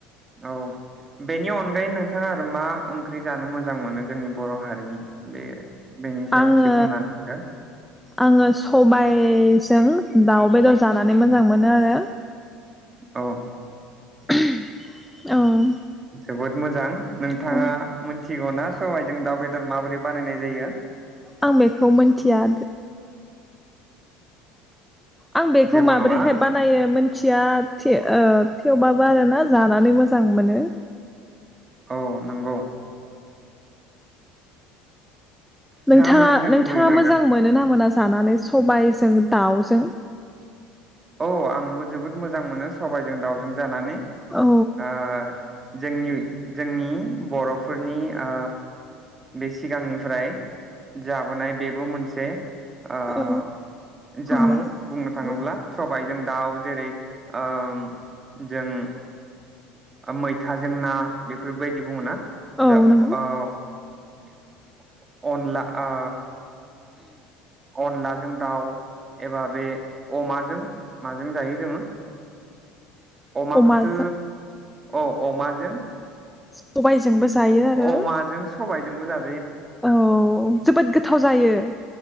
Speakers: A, on the right; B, in the centre.
A: औ बेनि अनगायै नोंथाङा आरो मा ओंख्रि जानो मोजां मोनो जोंनि बर' हारिनि? बे बेनि सायाव
B: आङो
A: एसे बुंनानै होदो
B: आङो सबाय जों दाउ बेदर जानानै मोजां मोनो आरो
A: औ
B: <unintelligible> औ
A: जोबोद मोजां नोंथाङा
B: औ
A: मोनथि गौना सबायजों दाउ बेदर माबोरै बानायनाय जायो?
B: आं बेखौ मोनथिया आं बेखौ
A: जेबो
B: माबोरैहाय
A: नङा
B: बानायो मोनथिया थियो ओ थेवबाबो आरोना जानानै मोजां मोनो।
A: औ नंगौ
B: नोंथाङा
A: मिथिनो
B: नोंथाङा
A: लुबैयो नामा
B: मोजां मोनो ना मोना जानानै? सबायजों दाउजों
A: औ आंबो जोबोद मोजां मोनो सबाइजों दाउजों जानानै।
B: औ
A: ओ जोंनि जोंनि बर'फोरनि ओ बे सिगांनिफ्राय जाबोनाय बेबो मोनसे ओ
B: औ
A: जामुं
B: नंगौ
A: बुंनो थाङोब्ला <unintelligible> जों दाउ जेरै ओ जों मैथाजों ना बेफोर बायदि बुङोना। <unintelligible>
B: औ नंगौ
A: अनला ओ। अनलाजों दाउ एबा बे अमाजों माजों जायो जोङो। अमाखोथ
B: अमाजों
A: अ अमाजों।
B: सबायजोंबो जायो आरो।
A: अमाजों सबायजोंबो जा।
B: औ जोबोद गोथाव जायो।